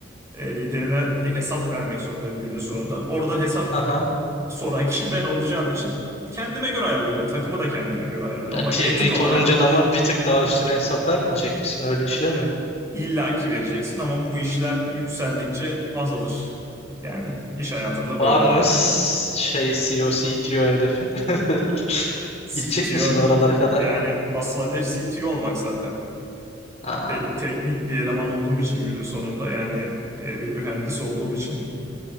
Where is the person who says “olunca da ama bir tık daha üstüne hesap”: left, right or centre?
Left